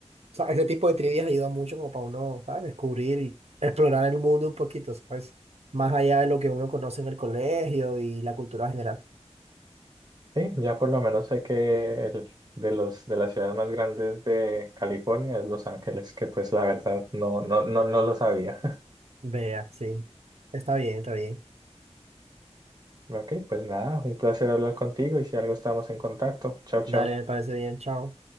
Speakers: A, on the right; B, on the right.
A: sea, ese tipo de trivias ayuda mucho como para uno, ¿sabes? Descubrir y explorar el mundo un poquito, ¿sabes? Más allá de lo que uno conoce en el colegio y la cultura general.
B: Sí, ya por lo menos sé que el- de los de las ciudades más grandes de California es Los Ángeles, que pues la verdad no, no, no, no lo sabía. <laughs>
A: Vea, sí. Está bien, está bien.
B: Ok, pues nada, un placer hablar contigo y si algo estamos en contacto. Chao, chao.
A: Dale, me parece bien, chao.